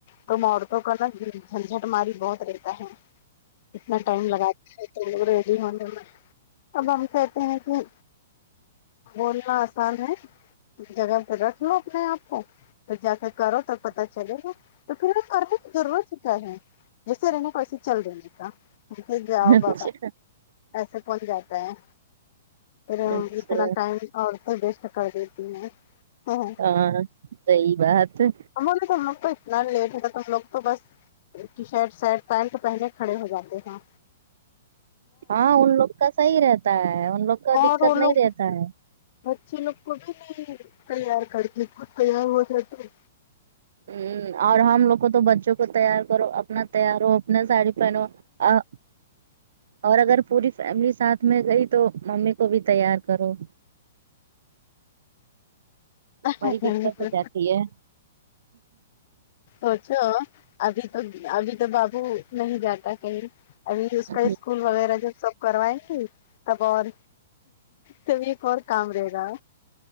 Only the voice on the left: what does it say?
تم عورتوں کا نا جنجٹ ماری بہت رہتا ہے اتنا ٹائم لگاتا ہے تو لوگ ریڈی ہونے میں اب ہم کہتے ہیں کہ بولنا آسان ہے جگہ پرگہ و اپنے آپ کو تو جا کر کرو تو پتا چلے گا تو پھر کرنے کی ضرورت کیاے جیسے رہنے کا ویسے چل دینے کا جے گیاؤ
بابا ایسا بن جاتا ہے پھر
اتنا ٹائم عورتیں بیسٹ کر دیتی ہیں ہاں
ہم تو تم لوگ تو اتنا لیٹ ہو تھا تم لوگ تو بس <unintelligible> ٹی شٹ سٹ پینٹ تو پہلے کھڑے ہو جاتے ہے
اور
وہ لوگ
بچے لوگ کو بھی نہیں تیار کر کے تیار ہو جاتے
جاتے
اچھا ابھی تو ابھی تو بابو نہیں جاتا کہیں ابھی اس
کا اسکول وغیرہ جب سب کروائے تھے گے تب اور تبھی ایک اور کام رہے گا